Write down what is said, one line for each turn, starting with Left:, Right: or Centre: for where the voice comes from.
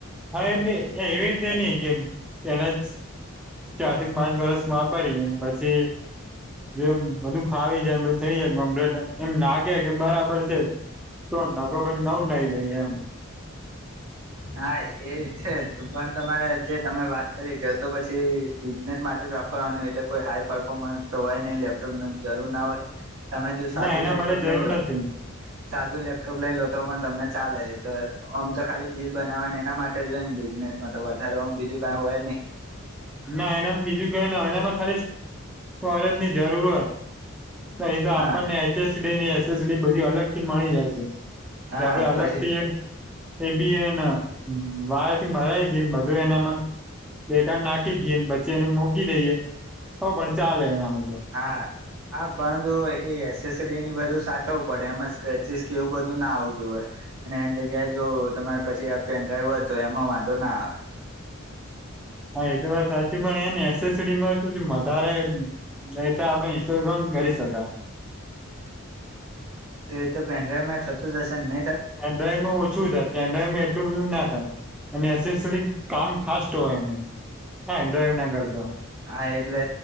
Centre: હા એટલે એ એવી રીતે નહી જેમ પેલા જ ચાર થી પાંચ વર્ષ વાપરીએ પછી જો બધું ફાવી જાય, બધું થઇ કમ્પલેટ, એમ લાગે કે બરાબર છે <unintelligible> નવું જ લઈ લઈએ એમ.
Right: હા એ છે, પણ તમારે જે તમે વાત કરી કે તો પછી બિઝનેસ માટે વાપરવાનું એટલે કોઈ હાઈ પરફોર્મન્સ તો હોય નહી લેપટોપ જરૂર ના હોય. તમે જો સાદું
Centre: ના એના
Right: લેપટોપ
Centre: મારે જરૂર
Right: લઈ લો
Centre: નથી
Right: સાદું લેપટોપ લઈ લો તો પણ તમને ચાલે તો ઓમ તો ખાલી બિલ બનાવવા ને એના માટે જ હોય ને બિઝનેસમાં તો વધારે ઓમ બીજું કાઈ હોય નહીં.
Centre: ના એનામાં બીજું કાય ના હોય, એનામાં ખાલી ફરજ ની જરૂર હોય. તો એ તો
Right: હા
Centre: આપણને H S D S S ડીની બધી અલગથી મળી જાય છે.
Right: હા
Centre: કે આપડે અલગથી
Right: પછી
Centre: એક એ બી એન વાળ થી મરાય દીન બધું એનામાં બેેટા નાખ ખી દીએ ને પછી મૂકી દઈએ તો પણ ચાલે એમ એ બધું.
Right: હા હા પરંતુ એ એસ એસ ડી ની ઈ બધું સાચવું પડે. એમાં સ્ક્રેચિસ કેવું બધું ના આવતું હોય. અને એની જગ્યાએ જો તમારે પછી આ પેનડ્રાઈવ તો એમાં વાંધો ના આવે.
Centre: હા એ તો વાત સાચી પણ એને એસેસસરીઝમાં શું છે વધારે એ તો આપડે ઇન્સ્ટોલ કર કરી શકાય.
Right: તો એ તો પેનડ્રાઈવ માં થતું જ હશે નહ
Centre: પેનડ્રાઈવ માં ઓછું થાય, પેનડ્રાઈવમાં એટલું બધું ના થાય. અને એસે સરીઝ કામ ફાસ્ટ હોય એનું. પેનડ્રાઈવ ના કરતા.
Right: હા એટલે